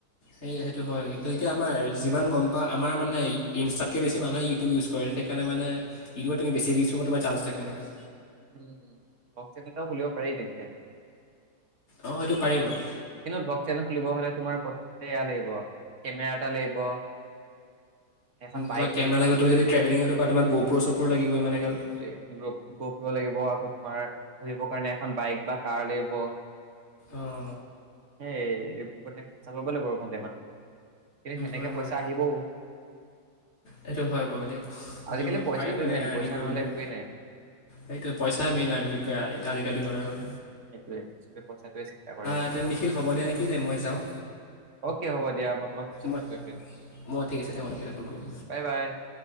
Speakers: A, on the left; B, on the right.
A: সেই সেইটো হয় গতিকে আমাৰ যিমান গম পা আমাৰ মানে ইনষ্টাতকৈ বেছি মানুহে ইউটিউব ইউজ কৰে সেইকাৰণে মানে ইউটিউবত তুমি বেছি ইউজ কৰিব তোমাৰ চাঞ্চ থাকে এনেকা।
B: উম ব্লগচেনেল এটাও খুলিব পাৰি তেন্তে।
A: অঁ সেইটো পাৰি বাৰু
B: কিন্তু ব্লগ চেনেল খুলিব হ'লে। তোমাৰ প্ৰথমতে এয়া লাগিব কেমেৰা এটা লাগিব। এখন বাইক
A: তোমাক কেমেৰা লাগিব তুমি যদি ট্ৰেভেলিঙত দা তোমাক গ'প চপো লাগিব ইমান এগাল।
B: সেইটোৱে গপ্ৰ লাগিব আকৌ তোমাৰ ঘুৰিবৰ কাৰণে এখন বাইক বা কাৰ লাগিব?
A: অঁ
B: এইৰি খৰচা কৰিব লাগিব ভালে মানে? কিন্তু সেনেকে
A: হয় বাৰু
B: পইচা আহিবও?
A: সেইটো হয় বাৰু দক সেইটো
B: আজিকালি
A: হয়
B: পইচাটোৱে
A: পাৰিবনে
B: মেইন,
A: আৰ্নিং
B: পইচা
A: কৰিবলৈও?
B: নহ'লে একোৱেই নাই।
A: সেইটো পইচা মেইন আৰু এ আজিকালি দিনৰত আৰু।
B: সেইটোৱে চবে পইচটোৱে চিন্তা কৰে
A: এতিয়া নিখিল হ'ব দিয়া নেকি দেই মই যাওঁ
B: অকে হব দিয়া ম। তোমাক পিছ কৰিম
A: মই
B: দেনে
A: মই ঠিক আছে দে মই তোক পিছত কল কৰিম
B: বাই বাই?